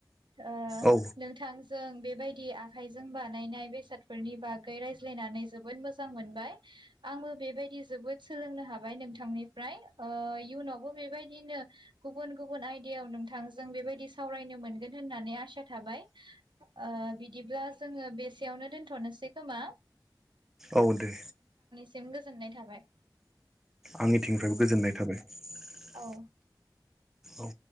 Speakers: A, on the right; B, in the centre.
A: ओ ओ
B: औ
A: नोंथांजों बेबायदि आखाइजों बानायनाय बेसादफोरनि बागै रायज्लायनानै जोबोद मोजां मोनबाय। आंबो बेबाय दि जोबोद सोलोंनो हाबाय नोंथांनिफ्राय ओ इयुनावबो बेबायदिनो गुबुन गुबुन आ आयदायाव नोंथांजों बेबायदि सावरायनो मोनगोन होननानै आसा थाबाय ओ बिदिब्ला जोङो बेसेयावनो दोन्थ'नोसै खोमा?
B: औ दे।
A: सिम गोजोननाय थाबाय।
B: आंनिथिंनिफ्रायबो <inaudible>
A: औ
B: औ।